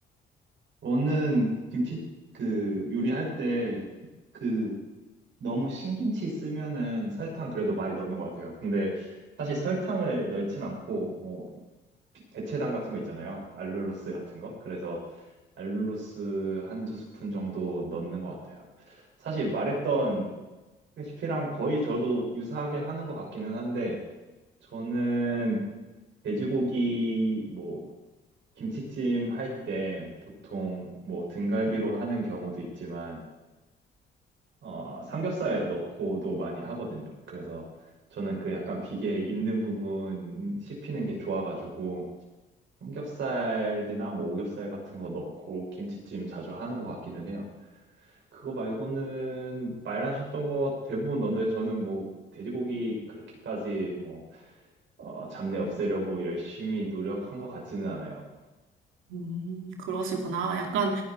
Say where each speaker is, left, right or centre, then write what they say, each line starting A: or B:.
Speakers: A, on the right; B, on the right.
A: 저는 김치 그 요리할 때 그 너무 신김치 쓰면은 설탕 그래도 많이 넣는 것 같아요. 근데 사실 설탕을 넣진 않고 뭐 대체당 같은 거 있잖아요. 알룰로스 같은 거. 그래서 알룰로스 한 두 스푼 정도 넣는 것 같아요. 사실 말했던 레시피랑 거의 저도 유사하게 하는 것 같기는 한데, 저는 돼지고기 뭐 김치찜 할 때 보통 뭐 등갈비로 하는 경우도 있지만, 어, 삼겹살 넣고도 많이 하거든요. 그래서 저는 그 약간 비계 있는 부분 씹히는 게 좋아가지고, 삼겹살이나 뭐 오겹살 같은 거 넣고 김치찜 자주 하는 것 같기는 해요. 그거 말고는 말하셨던 거 대부분 넣는데 저는 뭐 돼지고기 그렇게까지 뭐 어, 잡내 없애려고 열심히 노력한 것 같지는 않아요.
B: 음, 그러시구나. 약간